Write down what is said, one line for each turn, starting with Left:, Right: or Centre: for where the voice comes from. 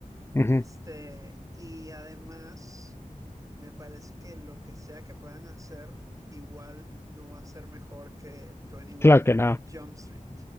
Left: ujú.
Right: Este, y además, me parece que lo que sea que puedan hacer, igual no va a ser mejor que 21
Left: Claro que no.
Right: Jump Street.